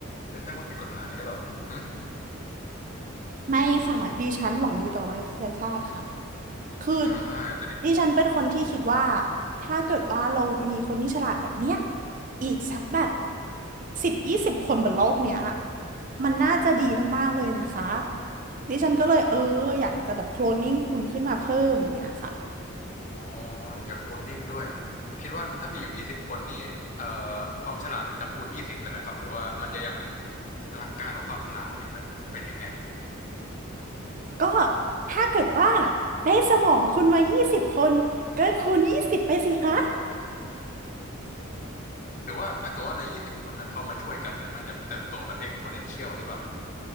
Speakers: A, on the left; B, on the right.
A: เป็นแม่มดผิดกฎหมายหรือเปล่าหึ
B: ไม่ค่ะดิฉันหวังดีต่อมนุษยชาติค่ะ คือ
A: อ่า
B: ดิฉันเป็นคนที่คิดว่าถ้าเกิดว่าเรามีคนที่ฉลาดแบบเนี้ยอีกสักแบบสิบยี่สิบคนบนโลกเนี้ยมันน่าจะดีมากๆเลยนะคะดิฉันก็เลยเอออยากจะแบบโคลนนิ่งคุณขึ้นมาเพิ่มอย่างเงี้ยค่ะ
A: อ๋อเดี๋ยวจะคนนิ่งด้วยอืมคิดว่าถ้ามีอยู่ยี่สิบคนนี่เอ่อความฉลาดมันจะคูณยี่สิบเลยไหมครับหรือว่ามันจะยังหลักการของความฉลาดเนี่ยมันเป็นยังไง
B: ก็ถ้าเกิดว่าได้สมองคุณมายี่สิบคนก็คูณยี่สิบไปสิคะ
A: หรือว่าถ้าเกิดว่าในยี่สิบคนนั้นเข้ามาช่วยกันเนี่ยมันจะเติบโตแบบ exponential หรือเปล่า